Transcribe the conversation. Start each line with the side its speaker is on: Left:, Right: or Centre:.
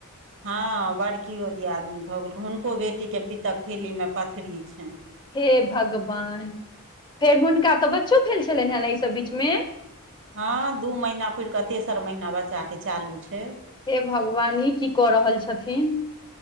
Right: हँ, बड़कियो दियादनी भऽ गेल हुनको बेटीके पितक थैलीमे पथरी छनि।
Left: हे भगवान फेर हुनका तऽ बच्चो भेल छलनि, हैं न एहिसभ बीचमे
Right: हँ, दू महिना पुड़ि कऽ तेसर महिना बच्चाके चालू छै
Left: हे, भगवान ई की कऽ रहल छथिन।